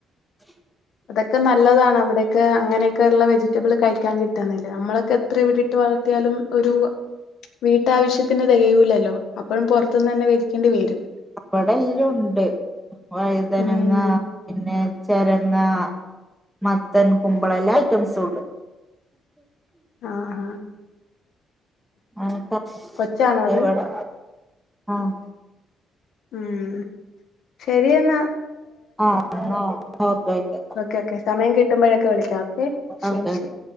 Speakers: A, in the centre; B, on the left (about 70°).
A: <inaudible>
B: അതൊക്കെ നല്ലതാണ് അവിടെയൊക്കെ അങ്ങനെയൊക്കെ ഉള്ള വെജിറ്റബിൾ കഴിക്കാൻ കിട്ടുന്നില്ല നമ്മളൊക്കെ എത്ര എവിടെ ഇട്ട് വളർത്തിയാലും ഒരു വീട്ടാവശ്യത്തിന് തികയൂല്ലല്ലോ. അപ്പഴും പുറത്തുന്ന് തന്നെ വേടിക്കേണ്ടി വരും.
A: പ്പം അവിടെല്ലാം ഉണ്ട്. വഴുതനങ്ങാ
B: ഉം
A: പിന്നെ ചിരങ്ങാ -- മത്തൻ, കുമ്പളം, എല്ലാ ഐറ്റംസും ഉണ്ട്.
B: ആഹാ
A: <unintelligible>
B: കൊച്ചാണോ അത്
A: ഇവടെ ആഹ്
B: ഉം ശെരിയെന്നാ.
A: ആഹ ആ ഓക്കെയൊക്കെ.
B: ഓക്കെയൊക്കെ സമയം കിട്ടുമ്പഴൊക്കെ വിളിക്കാം ഓക്കെ ശരി
A: ഓക്കെ
B: ശരി.